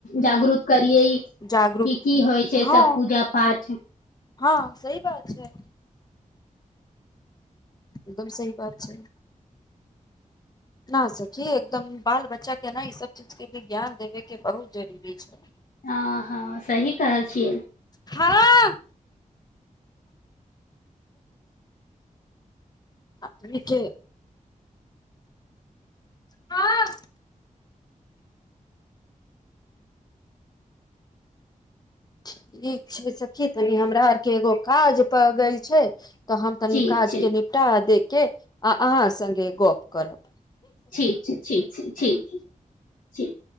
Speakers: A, on the left (about 85°); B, on the left (about 30°).
A: जागरूत करियै कि
B: जागरूक
A: की होइ छै
B: हँ
A: सब पूजा पाठ
B: हँ सही बात छै एकदम सही बात छै न सखी एकदम बाल बच्चा के ने ई सब चीज के भी ज्ञान देबेके बहुत जरूरी छै
A: हँ हँ सही कहै छियै
B: हाँ अपनी के हाँ ठीक छै सखी तनी हमरा आरके एगो काज प गेल गेल छै त हम तनी
A: ठीक
B: काज
A: छै
B: के निपटा दे के अहाँ सगे गप करब
A: ठीक छै ठीक छै ठीक छै ठीक